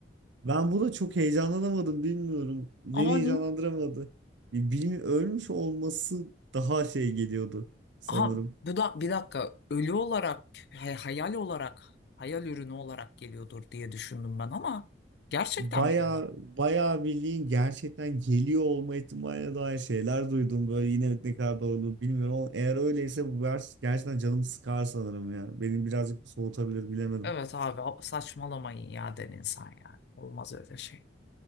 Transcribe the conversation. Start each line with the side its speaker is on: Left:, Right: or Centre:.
Right: ben buna çok heyecanlanamadım bilmiyorum. Beni
Left: Ani.
Right: heyecanlandıramadı. Bilmi ölmüş olması daha şey geliyordu sanırım.
Left: Aha, bu da bir dakika ölü olarak he- hayal olarak hayal ürünü olarak geliyordur diye düşündüm ben ama gerçekten
Right: Bayağı
Left: mi geliyor?
Right: bayağı bildiğin gerçekten geliyor olma ihtimaline dair şeyler duydum böyle yine ne kadar doğru bilmiyorum ama eğer öyleyse bu vers gerçekten canımı sıkar sanırım ya. Beni birazcık soğutabilir bilemedim.
Left: Evet abi saçmalamayın ya den insan yani. Olmaz öyle şey.